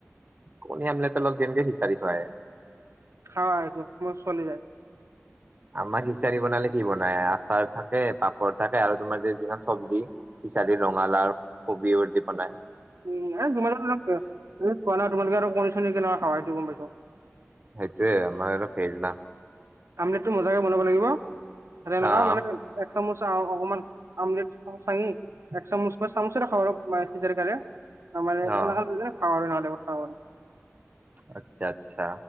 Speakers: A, on the right; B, on the right.
A: কণী আমলেটৰ লগত কেনকে খিচৰি খোৱা হে?
B: খাও আৰু এইটো, মোৰ চলি যায়।
A: আমাৰ খিচাৰী বনালে কি বনাই, আচাৰ থাকে, পাপৰ থাকে, আৰু তোমাৰ যে যিখন চব্জি খিছাৰী, ৰঙালাও, কবিও দি বনায়।
B: উম, এ তোমাৰ অলপ খোৱা নাই, তোমালোকে আৰু কণী চনী কেনেকুৱা খাৱ, সেইটো গম পাইছ।
A: সেইটোয়ে আমাৰ আৰু ভেজ না।
B: কমলেটটো মজাকে বনাব লাগিব, ত এনেকুৱা
A: অ'
B: মানে এক চামুচ <unintelligible> এক চামুচ বা চামুচেৰে খাওঁ, আৰু খালে মানে
A: অ'
B: এনেকুৱা ল খাওঁ আৰু নহ'লে খাওঁ আৰু
A: আচ্ছা আচ্ছা।